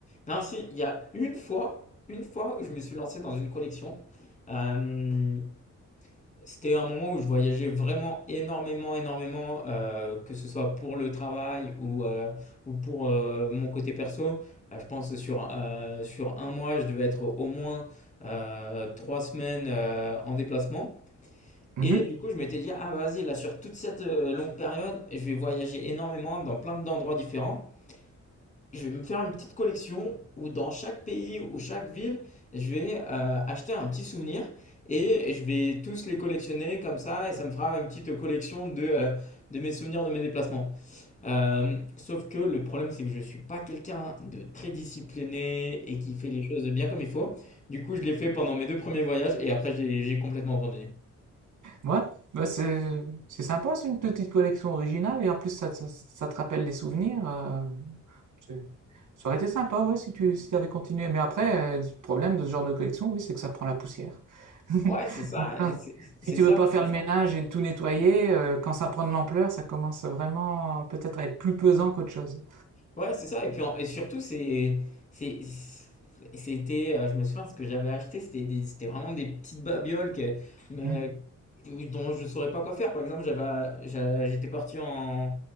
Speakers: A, on the left; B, on the right.
A: Non, si, il y a une fois, une fois où je me suis lancé dans une collection. Euh, C'était un moment où je voyageais vraiment énormément, énormément, euh, que ce soit pour le travail ou, euh, ou pour euh, mon côté perso. Euh, je pense que sur, euh, sur un mois, je devais être au moins euh, trois semaines euh, en déplacement.
B: Mhm.
A: Et du coup, je m'étais dit, ah bah, vas-y, là, sur toute cette euh, longue période, je vais voyager énormément dans plein d'endroits différents. Je vais me faire une petite collection où dans chaque pays ou chaque ville, je vais euh, acheter un petit souvenir et je vais tous les collectionner comme ça et ça me fera une petite collection de, euh, de mes souvenirs de mes déplacements. Euh, sauf que le problème, c'est que je ne suis pas quelqu'un de très discipliné et qui fait les choses bien comme il faut. Du coup, je l'ai fait pendant mes deux premiers voyages et après, j'ai j'ai complètement abandonné.
B: Ouais, bah c'est c'est sympa, c'est une petite collection originale et en plus ça, ça, ça te rappelle des souvenirs. euh, c'est- ça aurait été sympa, ouais, si tu si t'avais continué. Mais après, euh, le problème de ce genre de collection, oui, c'est que ça prend la poussière. <laughs>
A: Ouais, c'est ça,
B: Quand-
A: c'est
B: si
A: c'est
B: tu
A: ça.
B: veux pas faire le ménage et tout nettoyer, euh, quand ça prend de l'ampleur, ça commence vraiment euh, peut-être à être plus pesant qu'autre chose.
A: Ouais, c'est ça. Et puis en- et surtout, c'est, c'est, c'était, euh, je me souviens, ce que j'avais acheté, c'était des, c'était vraiment des petites babioles que, mais,
B: Hmm.
A: euh, dont je ne saurais pas quoi faire. Par exemple, j'avais, j'a- j'étais parti en,